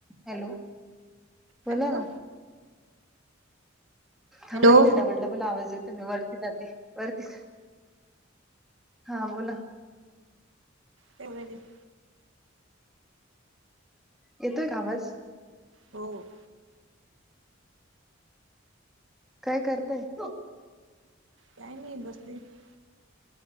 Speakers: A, in the centre; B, on the right.
A: Hello बोला
B: hello
A: ना <unintelligible> थांबा
B: हॅलो
A: ते डबल <unintelligible> मला आवाज येत नाही वरती जाते वरतीे हा बोला <unintelligible>
B: तेज <unintelligible>
A: येतोय का आवाज <unintelligible>
B: हो <unintelligible>
A: काय करताय <unintelligible>
B: काय नाही बसली <unintelligible>